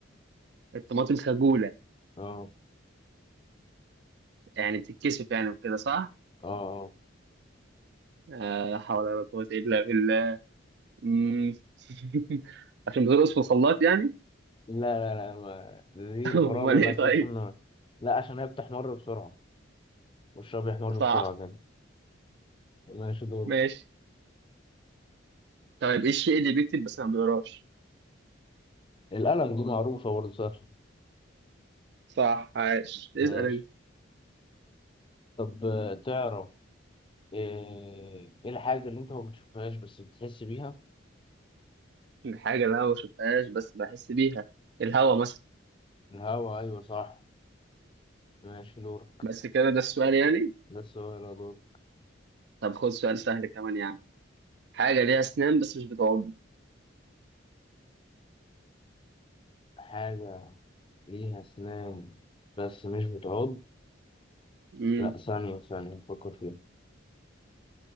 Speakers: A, on the right; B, on the left.
A: الطماطم خجوله
B: اه
A: يعني بتتكسف يعني وكده صح
B: اه آه.
A: آه، لا حول ولا قوه الا بالله مم. <laughs> عشان بترقص في الخلاط يعني
B: لا لا لا ما دي
A: <laughs>
B: الفرارة
A: امال
B: اللي
A: ايه
B: في
A: طيب
B: وش النار لا عشان هي بتحمر بسرعة وشها بيحمر
A: صح
B: بسرعة كده ماشي دور
A: ماشي طيب ايه الشيء اللي بيكتب بس ما بيقراش
B: القلم دي دورك معروفة برضه سهلة
A: صح عاش
B: ماشي
A: اسال انت
B: طب آه، تعرف ايه إيه الحاجة اللي انت ما بتشوفهاش بس بتحس بيها
A: الحاجه اللي انا ما بشوفهاش بس بحس بيها الهوا مثلا
B: الهوا ايوه صح ماشي دورك
A: بس كده ده السؤال يعني
B: ده السؤال يا دور
A: طب خد سؤال سهل كمان يعني حاجة ليها أسنان بس مش بتعض
B: حاجة ليها اسنان بس مش بتعض
A: امم
B: لا ثانية ثانية فكر فيها